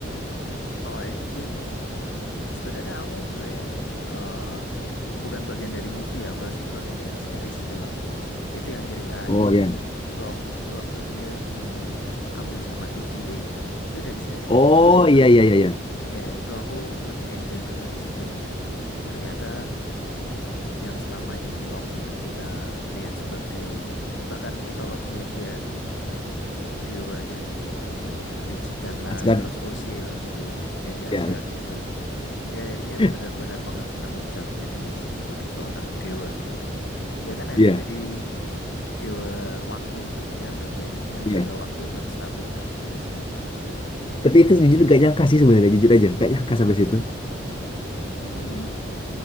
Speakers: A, on the left; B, on the left.
A: Kalau Endgame Sebenarnya aku nggak yakin, eh bukan bagian dari movie ya, aku rasa ini bagian dari series itu loh. Itu yang nyeritain
B: Oh ya.
A: Loki waktu dia diambil sama TVA. Itu dari series nggak
B: Oh
A: sih kalau nggak salah?
B: iya iya iya iya.
A: Ya itu aku lebih enjoy nonton di situ sih. Ternyata yang selama ini Loki yang kita lihat sebagai bahkan mitologinya dia dewa dari apa namanya kelicikan lah,
B: Asgard.
A: terus usil gitu, ya di
B: Iya
A: Asgard
B: iya
A: gitu. Dia akhirnya
B: <laughs>
A: benar-benar megang tanggung jawabnya dia sih sebagai seorang dewa gitu. Dia kan akhirnya
B: iya.
A: jadi dewa waktu kan, dia yang nentuin yang
B: iya.
A: jaga waktu tetap stabil kan, itu sih.
B: Tapi itu jujur gak nyangka sih sebenarnya jujur aja gak nyangka sampai situ.
A: Mm-mm.